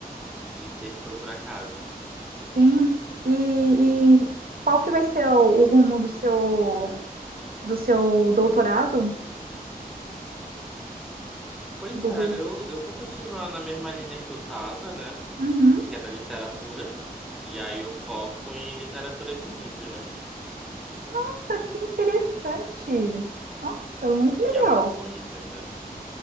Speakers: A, in the centre; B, on the right (about 70°).
A: de ter que procurar casa.
B: Sim. E, e qual que vai ser o, o rumo do seu do seu doutorado,
A: Pois
B: Dudu?
A: é, eu, eu vou continuar na mesma linha que eu tava, né?
B: Uhum.
A: Que é da literatura. E aí eu foco em literaturas indígenas.
B: Nossa, que interessante. Nossa, muito legal.
A: e amazônicas, né?